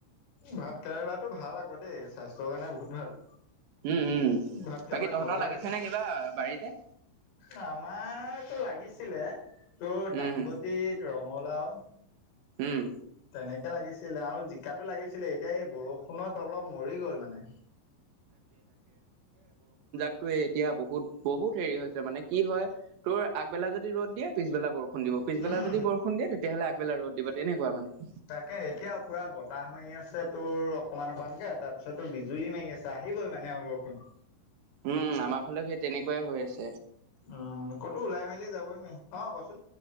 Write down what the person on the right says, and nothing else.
উম, উম,
বাকী তহঁতৰ
লাগিছেনে
কিবা বাৰীতে?
উম,
উম।
টোৱে এতিয়া বহুত, বহুত হেৰি হৈ ছে, মানে কি হয়, তোৰ আগবেলা যদি ৰ'দ দিয়ে, পিছবেলা বৰষুণ দিব, পিছবেলা
যদি বৰষুণ দিয়ে, তেতিয়াহ'লে আগবেলা ৰ'দ দিব তেনেকুৱা মানে।
উম' আমাৰ ফালেও সেই তেনেকুৱাই হৈ আছে।